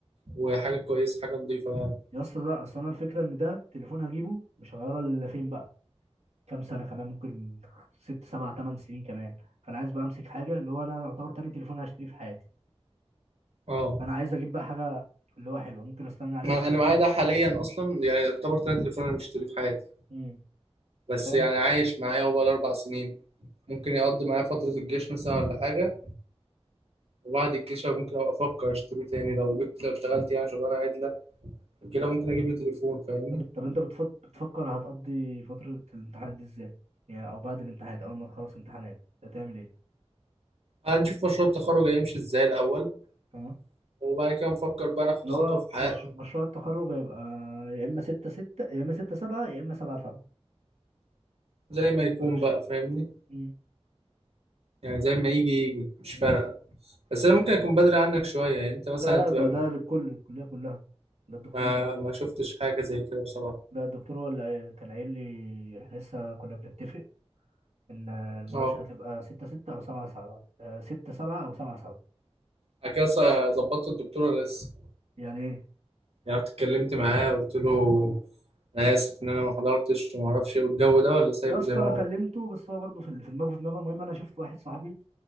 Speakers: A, on the right; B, on the right.
A: وحاجه كويسه حاجه نظيفه يعني
B: يا اسطى لا اصل انا الفكره ان ده تليفون هجيبه مش هغيره الا فين بقى كام سنه كمان ممكن ست سبع تمن سنين كمان فانا عايز بقى امسك حاجه اللي هو انا يعتبر تاني تليفون هشتريه في حياتي
A: اه
B: فانا عايز اجيب بقى حاجه اللي هو حلوه ممكن استنى عليها
A: ما
B: شويه
A: انا معايا ده حاليا اصلا يعني يعتبر تاني تليفون انا مشتريه في حياتي
B: امم
A: بس
B: فاهم
A: يعني عايش معايا هو بقاله اربع سنين ممكن يقضي معايا فتره الجيش مثلا ولا حاجه وبعد الجيش أنا ممكن ابقى افكر اشتري تاني لو جبت لو اشتغلت يعني شغلانه عدله وكده ممكن اجيب لي تليفون فاهمني
B: طب طب انت بتفض... بتفكر هتقضي فترة الامتحانات دي ازاي؟ يعني او بعد الامتحانات اول ما تخلص امتحانات هتعمل ايه؟
A: هنشوف مشروع التخرج هيمشي ازاي الاول
B: اه
A: وبعد كده نفكر بقى ناخد
B: اللي
A: خطوة
B: هو
A: في حياتنا
B: مش... مشروع التخرج هيبقى يا اما ستة ستة يا اما ستة سبعة يا اما سبعة سبعة
A: زي ما يكون
B: مناقشة
A: بقى فاهمني
B: مم.
A: يعني زي ما يجي يجي مش
B: مم.
A: فارقة بس أنا ممكن أكون بدري عنك شوية يعني أنت مثلا
B: لا لا
A: هتبقى
B: ده
A: ما
B: ده للكل الكلية كلها ده الدكتور
A: ما
B: هو اللي
A: ما شفتش حاجة زي كده بصراحة
B: ده الدكتور هو اللي كان قايل لي احنا لسه كنا بنتفق ان المناقشة
A: أه
B: هتبقى ستة ستة او سبعة سبعة آه، ستة سبعة او سبعة سبعة
A: بعد كده ص- ظبطت الدكتورة لسه
B: يعني ايه
A: يعني رحت اتكلمت معاه قلت له أنا آسف إن أنا ما حضرتش وما أعرفش إيه والجو ده ولا سايبه
B: يا اسطى
A: زي ما
B: انا
A: هو
B: كلمته بس هو برضه في ال- في دماغه في دماغه المهم انا شفت واحد صاحبي